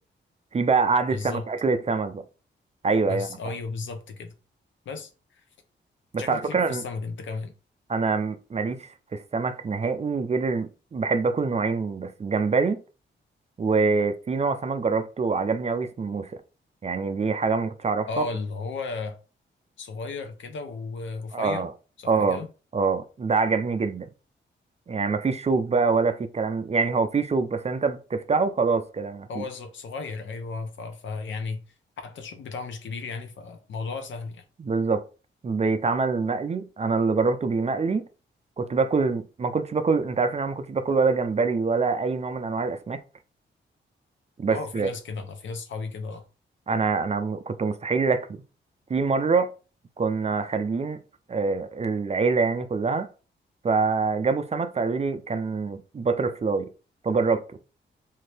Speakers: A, on the right (about 35°); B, on the left (about 75°).
A: في بقى قعدة
B: بالظبط
A: سمك أكلة سمك بقى أيوه
B: بس
A: أيوه أنا
B: اه
A: فاهم
B: ايوه بالظبط كده بس
A: بس
B: شكلك
A: على فكرة
B: ليك في السمك انت كمان
A: أنا ماليش في السمك نهائي غير بحب آكل نوعين بس جمبري وفي نوع سمك جربته وعجبني أوي اسمه موسى يعني دي حاجة ما كنتش أعرفها
B: اه اللي هو صغير كده ورفيع
A: اه
B: صح
A: اه
B: كده
A: اه ده عجبني جدا يعني مفيش شوك بقى ولا في كلام يعني هو في شوك بس انت بتفتحه خلاص كده مفيش
B: هو ز- صغير ايوه ف... ف يعني حتى الشوك بتاعه مش كبير يعني فموضوع سهل يعني
A: بالظبط بيتعمل مقلي انا اللي جربته بمقلي كنت باكل ما كنتش باكل انت عارف ان انا ما كنتش باكل ولا جمبري ولا اي نوع من انواع الاسماك بس
B: اه في ناس كده انا في ناس صحابي كده اه
A: انا انا م- كنت مستحيل اكله في مره كنا خارجين آه، العيله يعني كلها فجابوا سمك فقالوا لي كان باتر فلاي فجربته